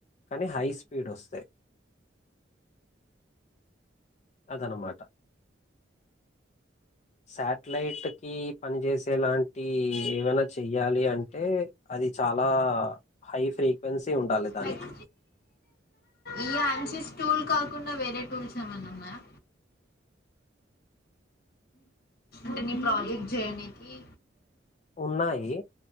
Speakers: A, on the left; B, on the left.
A: కానీ హై స్పీడ్ వస్తాయి. అదన్నమాట, శాటిలైట్కి పనిచేసేలాంటి ఏమైనా చెయ్యాలి అంటే, అది చాలా హై ఫ్రీక్వెన్సీ ఉండాలి దానికి
B: లైక్ ఈ అంచ స్ టూల్ కాకుండా వేరే టూల్స్ ఏమన్నా ఉన్నాయా అంటే నీ ప్రాజెక్ట్ జయని ఏ
A: ఉన్నాయి,